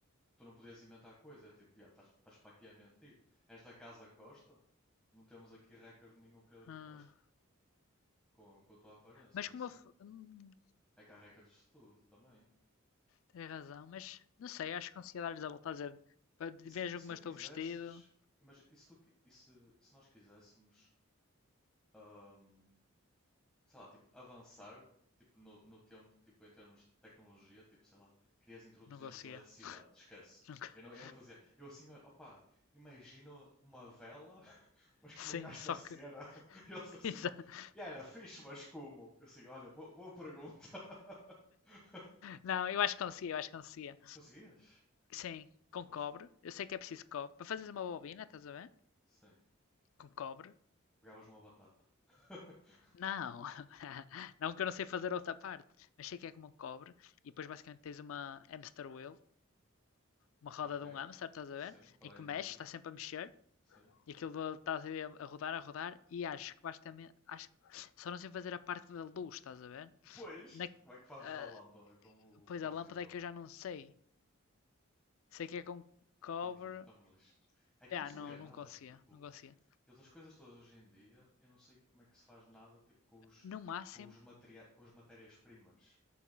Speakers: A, in the centre; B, on the left.
A: Tu não podias inventar coisas, era tipo, "Ya, estás estás para aqui a mentir. És da Casa Costa? Não temos aqui recorde de nenhum Pedro
B: Ah,
A: Costa, com, com a tua aparência,
B: mas
A: ou
B: como
A: assim.
B: eu. f- Hum,
A: É que há recordes de tudo também.
B: tens razão, mas não sei, acho que conseguia dar-lhes a volta a dizer. "Pa- Vejam
A: E se, e se
B: como
A: tu
B: eu estou
A: quisesses,
B: vestido,
A: imagina, e se, tu, qui- e se, e se nós quiséssemos, ahm, sei lá, tipo, avançar, tipo, no, no tempo, tipo, em termos de tecnologia, tipo, sei lá, querias introduzir-lhes
B: Não conseguia.
A: eletricidade, esquece.
B: Nunca.
A: Eu
B: <laughs>
A: não, eu não fazia. Eu assim, olha, opá, imagino uma vela, <laughs> mas que
B: Sim,
A: não gasta
B: só
A: cera.
B: que.
A: <laughs> E eles assim,
B: <laughs>
A: e era fixe, mas como? Eu assim, olha, boa, boa pergunta. <laughs>
B: não, eu acho que conseguia, eu acho que conseguia.
A: Conseguias?
B: Sim, com
A: Então,
B: cobre. Eu sei que é preciso cobre. Para fazeres uma bobina, estás a ver?
A: Sim.
B: Com cobre.
A: pegavas numa batata. <laughs>
B: Não, <laughs> não que eu não sei fazer outra parte, mas sei que é como um cobre e depois basicamente tens uma hamster wheel, uma roda
A: Ok.
B: de um hamster, estás a
A: Sim,
B: ver?
A: para
B: Em que
A: dar energia.
B: mexe, está sempre a mexer
A: Sim.
B: e aquilo está a, a rodar, a rodar e acho que basicamente, acho só não sei fazer a parte da luz, estás a ver?
A: Pois,
B: Na,
A: como é que fazes
B: ah,
A: a lâmpada com
B: pois
A: o fusível?
B: a lâmpada é que eu já não sei, Sei que é com cover.
A: Estamos, li- estamos lixados. É que
B: Ah,
A: eu não sabia
B: não,
A: nada,
B: não conseguia,
A: tipo,
B: não conseguia.
A: eu das coisas todas hoje em dia, eu não sei como é que se faz nada, tipo, com os,
B: No máximo,
A: com os materia, com as matérias-primas.